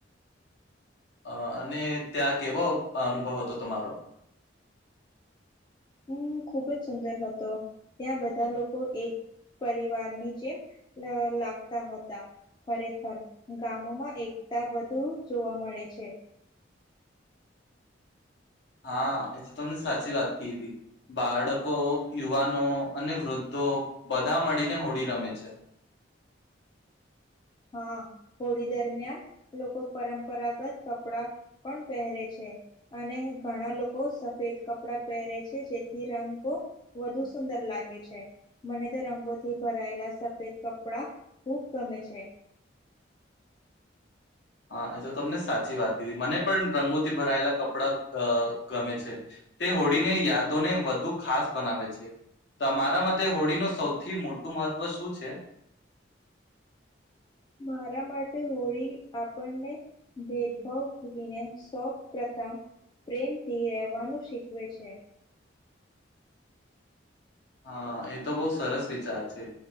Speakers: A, on the left; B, on the left.
A: અ અને ત્યાં કેવો અનુભવ હતો તમારો?
B: હમ ખુબ જ સુંદર હતો, ત્યાં બધાં લોકો એક પરિવારની જેમ, લાગતા હતાં, ખરેખર ગામોમાં એકતા વધુ જોવા મળે છે.
A: હા એ તો તમને સાચી વાત કીધી, બાળકો ‌યુવાનો અને વૃદ્ધો બધાં મળીને હોળી રમે છે.
B: હાં, હોળી દરમિયાન લોકો પરંપરાગત કપડા પણ પહેરે છે, અને ઘણાં લોકો સફેદ કપડા પહેરે છે જેથી રંગો વધુ સુંદર લાગે છે, મને તો રંગોથી ભરાયેલા સફેદ કપડા ખૂબ ગમે છે.
A: હાં એ તો તમને સાચી વાત કીધી મને પણ રંગોથી ભરાયેલા કપડાં અ ગમે છે, તે હોળીને યાદોને વધુ ખાસ બનાવે છે, તમારા માટે હોળીનું સૌથી મોટું મહત્વ શું છે?
B: મારા માટે હોળી આપણને ભેદભાવ ભૂલીને સૌ પ્રથમ પ્રેમથી રહેવાનું શીખવે છે.
A: હા એ તો બહુ સરસ વિચાર છે,